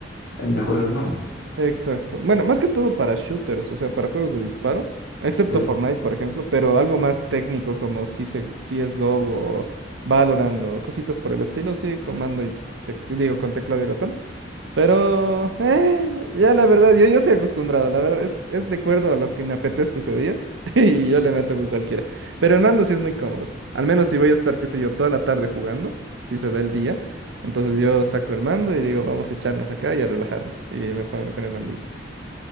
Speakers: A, on the left; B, on the right.
A: es mejor el mando,
B: Exacto. Bueno, más que todo para shooters, o sea, para juegos de disparo, excepto
A: creo.
B: Fortnite, por ejemplo, pero algo más técnico como CS CSGO o o Valorant o cositas por el estilo, sí, comando y tec- digo, con teclado y ratón. Pero, eh, ya la verdad, yo, yo estoy acostumbrado, la verdad, es, es de acuerdo a lo que me apetezca ese día <laughs> y yo le meto con cualquiera. Pero el mando sí es muy cómodo, al menos si voy a estar, qué sé yo, toda la tarde jugando, si se da el día, entonces yo saco el mando y digo, vamos a echarnos acá y a relajarnos y me pongo con el mandito.